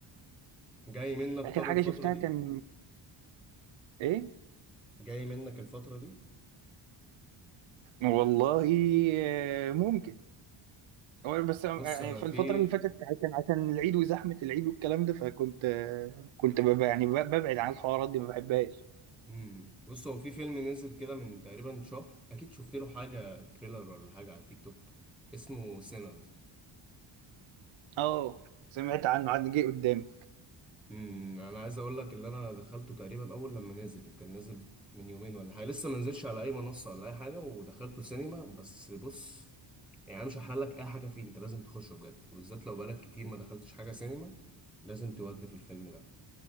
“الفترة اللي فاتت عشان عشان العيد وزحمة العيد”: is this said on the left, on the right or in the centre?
Right